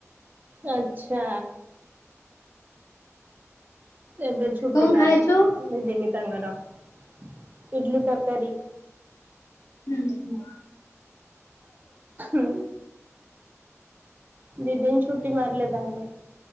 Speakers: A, on the right; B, on the left.
A: ଆଚ୍ଛା। ଏବେ ଛୁଟି
B: କଣ
A: ତାହାଲେ
B: ଖାଇଛୁ
A: ଦିନି ତାଙ୍କର ଇଟିଲି ତରକାରୀ
B: ହୁଁ ହୁଁ।
A: ଉଁ ଦି ଦିନ ଛୁଟି ମାରିଲେ ତାହାଲେ?